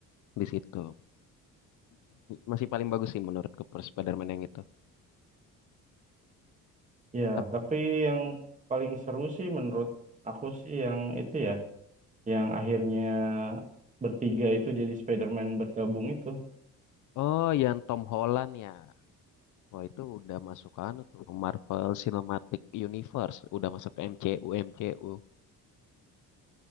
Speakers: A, on the left; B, on the right.
A: di situ. Masih paling bagus sih menurutku per Spider-Man yang itu.
B: Ya,
A: Tep-
B: tapi yang paling seru sih menurut aku sih yang itu ya, yang akhirnya bertiga itu jadi Spider-Man bergabung itu.
A: Oh, yang Tom Holland ya. Wah, itu udah masuk anu tuh Marvel Cinematic Universe, udah masuk ke MCU MCU.